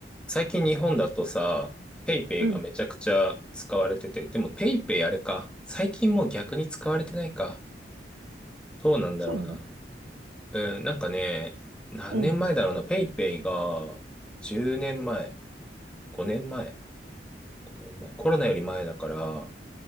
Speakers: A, in the centre; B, on the right (about 70°).
A: 最近日本だとさ、ペイペイがめちゃくちゃ使われてて、
B: うん。
A: でもペイペイあれか。最近もう逆に使われてないか。どうなんだろうな。
B: そうなの
A: うん、なんかね、何年前だろうな。
B: うん。
A: ペイペイが10年前、5年前、5年前、コロナより前だから、